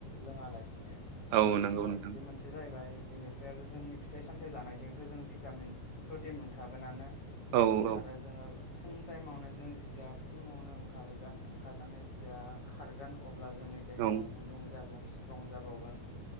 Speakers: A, on the left; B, on the right.
A: लोङालासि दिनो
B: औ नंगौ
A: दा
B: नोंथां
A: बे मोनसेया जाहैबाय बेनिफ्राय आरो जोंनि फिथाइ सामथायाइ जानायजोंथ जों भिटामिन प्रटिन मोनखागोनानो
B: औ औ
A: आरो जोङो फुं टाइमावनो जों जथिया फुङावनो ओं ओंखारोगोन ओंखारनानै थिया खारगोन अब्ला जोंनि देहाया
B: औ
A: गुदुं जागोन सि स्ट्रं जाबावगोन